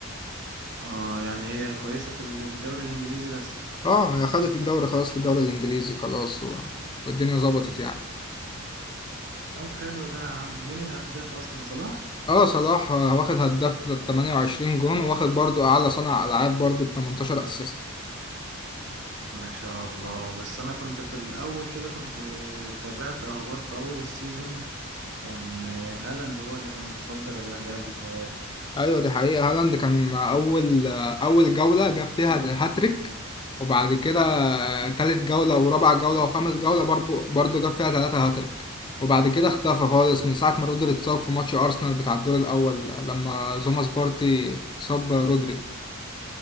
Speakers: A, on the right; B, on the left.
A: اه يعني هي كويسة في ال- في الدوري الانجليزي بس
B: اه هي خدت الدوري خلاص في الدوري الانجليزي خلاص و... والدنيا ظبطت يعني
A: طب حلو ده يا عم مين الهداف اصلا صلاح
B: اه صلاح آه، واخد هداف ب 28 جون واخد برضو اعلى صانع العاب برضو ب 18 اسيست
A: ما شاء الله بس انا كنت في الاول كده كنت آه، تابعت اخبار في اول السيزون كان آه، هالاند هو اللي كان متصدر الاهداف بتهيألي
B: ايوه دي حقيقة هالاند كان اول اول جولة جاب فيها هاتريك وبعد كده آه، تالت جولة ورابع جولة وخامس جولة برضو برضو جاب فيها تلاتة هاتريك وبعد كده اختفى خالص من ساعة ما رودري اتصاب في ماتش ارسنال بتاع الدور الاول لما زوماس بارتي صاب رودري